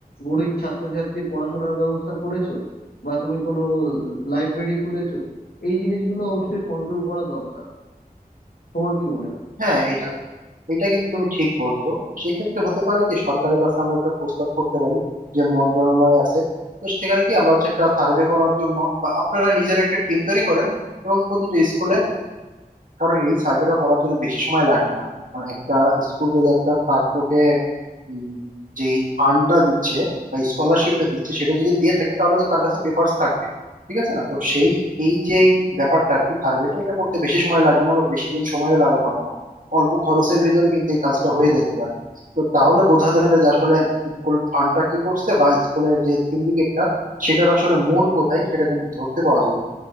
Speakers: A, on the left; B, on the right.
A: গরিব ছাত্রছাত্রীর পড়াশোনার ব্যবস্থা করেছো বা তুমি কোনো লাইব্রেরি খুলেছো এই জিনিসগুলো অবশ্যই কন্ট্রোল করা দরকার তোমার কি মনে হয়
B: হ্যাঁ এটা এটা কিন্তু তুমি ঠিক বলছো সেক্ষেত্রে হতে পারে কি সরকারের কাছে আমরা একটা প্রস্তাব করতে পারি যে মন্ত্রণালয় আছে তো সেখানে কি আমরা হচ্ছে একটা সার্ভে করার জন্য বা আপনারা নিজের একটা টিম তৈরি করেন এবং প্রতিটা স্কুলে কারণ এই সার্ভেটা করার জন্য বেশি সময় লাগবে না কারণ একটা স্কুল যদি একটা ছাত্রকে উম, যেই ফান্ডটা দিচ্ছে বা স্কলারশিপটা দিচ্ছে সেটা যদি দিয়ে থাকে তাহলে তো তার কাছে পেপার্স থাকবে ঠিক আছে না তো সেই এই যে ব্যাপারটা আর কি সার্ভেটা এটা করতে বেশি সময় লাগবে না বা বেশি দিন সময়ও লাগার কথা না অল্প খরচের ভিতরে কিন্তু এই কাজটা হয়ে যেতে পারে তো তাহলে বোঝা যাবে যে আসলে স্কুল ফান্ডটা কি করছে বা স্কুলের যে সিন্ডিকেটটা সেটার আসলে মূল কোথায় সেটা কিন্তু ধরতে পাওয়া যাবে